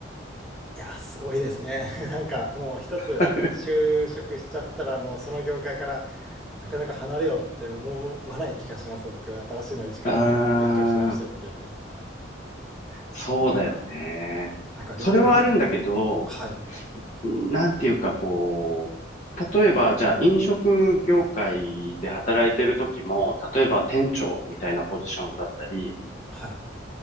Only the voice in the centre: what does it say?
いやすごいですね。<laughs> なんかもう一つ就職しちゃったらもうその業界から
なかなか離れようって思わない気がします、僕。新しいの一から勉勉強し直してっていうので、
はい。
なんか料理人とか、
はい、
はい、